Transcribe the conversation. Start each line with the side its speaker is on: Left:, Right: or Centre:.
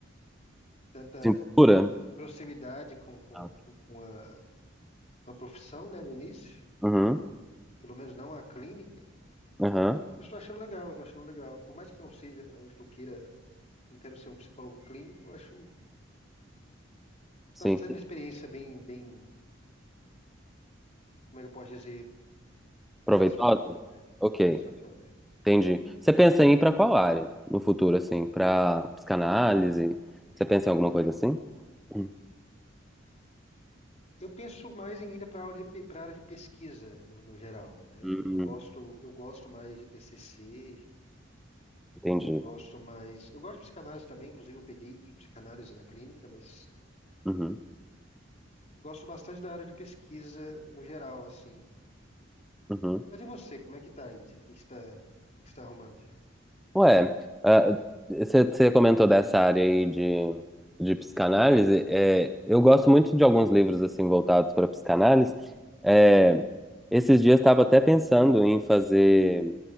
Left: tanta
Centre: Cintura?
Left: proximidade com, com,
Centre: Ah, ok.
Left: com com a, com a profissão, né, no início,
Centre: Uhum,
Left: pelo menos não a clínica.
Centre: aham,
Left: Mas eu tô achando legal, eu tô achando legal. Por mais que não seja onde que eu queira não quero ser um psicólogo clínico, eu acho
Centre: sim.
Left: está sendo uma experiência bem, bem, como é que eu posso dizer,
Centre: Proveitosa?
Left: satisfatória, né?
Centre: Ok,
Left: É, satisfatória.
Centre: entendi. Você pensa em ir pra qual área no futuro, assim? Pra psicanálise? Você pensa em alguma coisa assim? Hum,
Left: Eu penso mais em ir para a aula de, para área de pesquisa no, no geral, né?
Centre: hum,
Left: Eu gosto, eu gosto mais de TCC,
Centre: entendi.
Left: eu gosto mais, eu gosto de psicanálise também, inclusive eu peguei psicanálise na clínica, mas
Centre: Uhum,
Left: gosto bastante da área de pesquisa no geral, assim.
Centre: uhum.
Left: Mas e você, como é que tá aí? O que está, o que está arrumando?
Centre: Ué, ah, você você comentou dessa área aí de, de psicanálise. É, eu gosto muito de alguns livros, assim, voltados para psicanálise. É, esses dias estava até pensando em fazer.